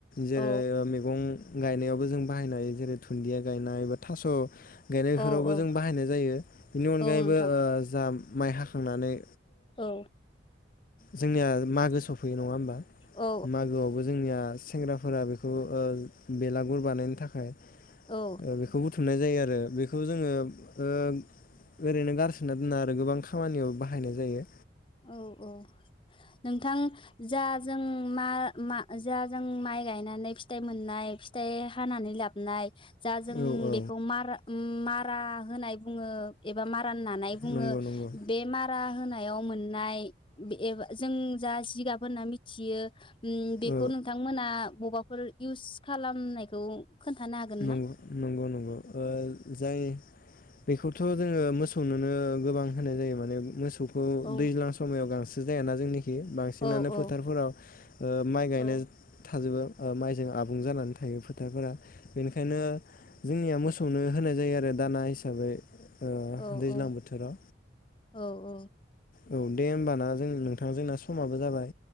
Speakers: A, on the left; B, on the left.
A: जेरै
B: औ
A: ओ मेगं गायनायावबो जों बाहायनाय जेरै दुन्दिया गायनाय बा थास' गायनायफोरावबो
B: औ औ
A: जों बाहायनाय जायो बेनि अनगायैबो
B: औ नोंथां
A: ओ जाम माइ हाख खांनानै
B: औ
A: जोंनिया मागो सफैयो नङा होमबा।
B: औ
A: मागोआवबो जोंनिया सिख सेंग्राफोरा बेखौ ओ बेलागुर बानायनो थाखाय ओ
B: औ
A: बेखौ बुथ थुमनाय जायो आरो बेखौ जोङो ओ ओरैनो गारसोना दोना आरो गोबां खामानियाव बाहायनाय जायो।
B: औ औ नोंथां जा जों मा मा जा जों माइ गायनानै फिथाइ मोननाय फिथाइ हानानै लाबनाय जा जों
A: औ औ
B: बेखौ मार उ मारा होनाय बुङो एबा मा रान नानाय बुङो
A: नंगौ नंगौ
B: बे मारा होना हायाव मोननाय एब जों जा जिगाब होनना मिथियो उम बेखौ
A: औ
B: नोंथांमोना बबा फोर इउस खालामनायखौ खोन्थानो हागोन
A: नंगो
B: ना?
A: नंगौ नंगौ ओ जाय बेखौथ' जोङो मोसौनोनो गोबां होनाय जायो माने मोसौ खौ
B: औ
A: दैजां समायाव गांसो जायाना जोंनि <unintelligible> बांसिनानो
B: औ औ
A: फोथारफोराव ओ माइ गायनो
B: औ
A: थाजोबो ओ माइजों आबुं जानानै थायो थारफोरा बेनिखायनो जोंनिया मोसौनो होनाय जायो आरो दाना हिसाबै। ओ
B: औ
A: दैज्लां
B: औ
A: बोथोराव
B: औ औ
A: औ दे होमबाना जों नोंथां जोंना समाबो जाबाय